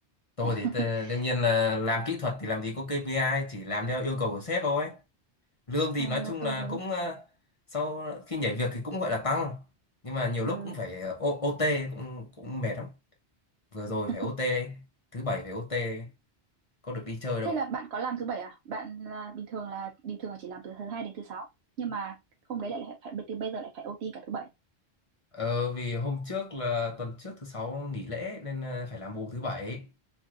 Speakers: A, on the left; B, on the right.
A: Tôi
B: <laughs>
A: thì tơ- đương nhiên là làm kỹ thuật thì làm gì có KPI, chỉ làm theo yêu cầu của sếp thôi. Lương thì
B: Ồ,
A: nói
B: nhưng mà
A: chung
B: tôi
A: là
B: thấy
A: cũng ờ, sau khi nhảy việc thì cũng gọi là tăng. Nhưng mà nhiều lúc
B: ừ
A: cũng phải ờ, OT cũng cũng mệt lắm. Vừa rồi
B: <laughs>
A: phải OT đây, thứ bảy phải OT đây, có được đi chơi
B: Thế
A: đâu.
B: là bạn có làm thứ bảy à? Bạn là, bình thường là bình thường là chỉ làm từ thứ hai đến thứ sáu, nhưng mà hôm đấy lại lại phải từ bây giờ lại phải OT cả thứ bảy.
A: Ờ, vì hôm trước là tuần trước thứ sáu nghỉ lễ nên ờ, phải làm bù thứ bảy.